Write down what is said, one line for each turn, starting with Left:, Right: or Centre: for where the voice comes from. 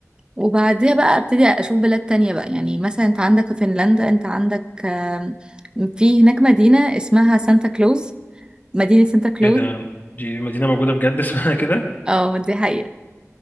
Right: وبعدها بقى أبتدي أشوف بلاد تانية بقى يعني مثلا أنت عندك في فنلندا أنت عندك آم، في هناك مدينة اسمها سانتا كلوز مدينة سانتا كلوز
Left: إيه ده دي مدينة موجودة بجد <laughs> اسمها كده
Right: اه دي حقيقة